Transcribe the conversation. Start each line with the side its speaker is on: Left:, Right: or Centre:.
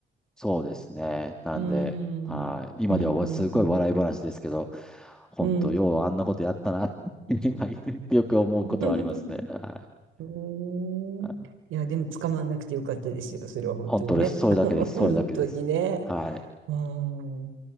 Centre: そうですね。なんで、
Right: うーん、
Centre: はい。今ではすごい笑い話ですけど、
Right: うん、うん、うん、
Centre: 本当、
Right: うん。
Centre: ようあんなことやったなって、今よく思うことはありますね。
Right: <laughs>
Centre: は
Right: うーん。
Centre: い。はい
Right: いや、でも捕まんなくてよかったですよ。それは本当にね。
Centre: 本当です。それだけです。
Right: <laughs>
Centre: それだけです。
Right: 本当にね。
Centre: はい。
Right: うーん。